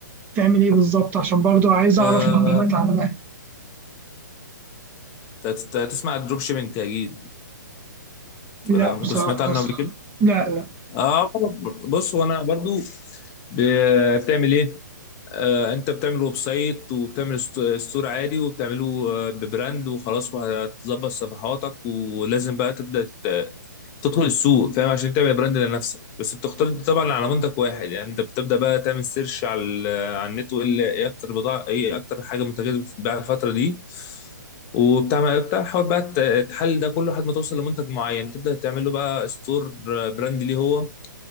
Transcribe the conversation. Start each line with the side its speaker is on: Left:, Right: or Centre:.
Right: بتعمل إيه بالظبط عشان برضو عايز
Left: أه...
Right: أعرف معلومات عنها
Left: ت- ت- تسمع الدروب شيبينج اكيد
Right: لا
Left: ولا
Right: بصراحة
Left: ممكن سمعت عنه
Right: بس
Left: قبل كده
Right: لا لا
Left: اه بص وانا برضو ب... بتعمل ايه آه، انت بتعمل ويب سايت وبتعمل ست- ستور عادي وبتعمله آه، ببراند وخلاص وهتظبط صفحاتك ولازم بقى تبدا ت- تدخل السوق فاهم عشان تعمل براند لنفسك بس بتختار طبعا على منتج واحد يعني انت بتبدا بقى تعمل سيرش على ال- على النت وايه اللي- ايه اكتر بضاعه ايه اكتر حاجه منتجات بتتباع الفتره دي وبتعمل بتحاول بقى ت- تحلل ده كله لحد ما توصل لمنتج معين تبدا تعمل له بقى ستور براند ليه هو